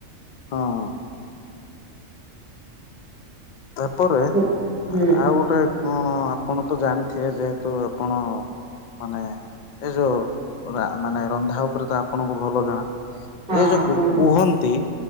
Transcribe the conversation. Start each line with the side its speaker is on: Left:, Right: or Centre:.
Left: ହଁ। ତାପରେ
Right: ହୁଁ ହଁ
Left: ଆଉ ଗୋଟେ କଣ ଆପଣ ତ ଜାଣିଥିବେ ଯେହେତୁ ଆପଣ ମାନେ ଏ ଯୋଉ ରା ମାନେ ରନ୍ଧା ଉପରେ ତ ଆ ଆପଣଙ୍କୁ ଭଲ ଜଣା ଏ
Right: ହଁ
Left: ଯୋଉ କୃ
Right: କୁହନ୍ତୁ
Left: କୁହନ୍ତି